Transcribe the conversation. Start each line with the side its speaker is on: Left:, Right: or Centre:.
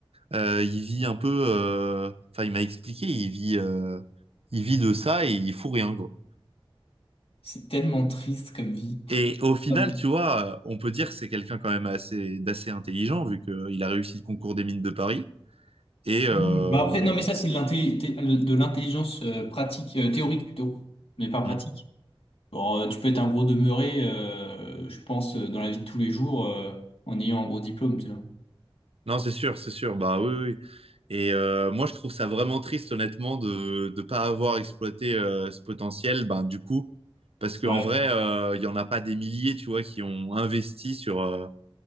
Right: Euh, il vit un peu, euh, enfin, il m'a expliqué, il vit, euh, il vit de ça et il fout rien, quoi.
Left: C'est tellement triste comme vie.
Right: Et au final,
Left: Hum.
Right: tu vois, euh, on peut dire que c'est quelqu'un quand même assez, d'assez intelligent, vu qu'il a réussi le concours des mines de Paris. Et euh,
Left: Bah après, non, mais ça, c'est de l'inté- de l'intelligence euh, pratique, euh, théorique plutôt, mais pas pratique.
Right: hmm.
Left: Bon, euh, tu peux être un gros demeuré, euh, je pense, euh, dans la vie de tous les jours, euh, en ayant un gros diplôme, tu vois.
Right: non, c'est sûr, c'est sûr, bah oui, oui. Et euh, moi, je trouve ça vraiment triste, honnêtement, de ne pas avoir exploité euh, ce potentiel, ben, du coup, parce qu'en
Left: Ouais.
Right: vrai, euh, il y n'y en a pas des milliers, tu vois, qui ont investi sur, euh,